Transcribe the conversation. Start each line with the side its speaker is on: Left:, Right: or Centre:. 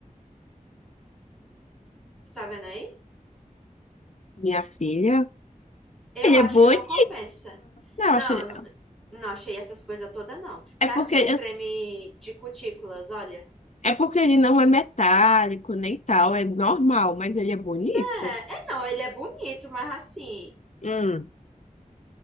Centre: Tá vendo aí?
Left: Minha filha,
Centre: Eu
Left: ele
Centre: acho
Left: é bonito.
Centre: que não compensa.
Left: Não,
Centre: Não,
Left: eu acho... ele-
Centre: eu não não achei essas coisas todas, não. Tá
Left: É
Centre: aqui
Left: porque,
Centre: o creme de cutículas, olha.
Left: é porque ele não é metálico, nem tal, é normal, mas ele é bonito.
Centre: É, é não, ele é bonito, mas assim.
Left: Hum.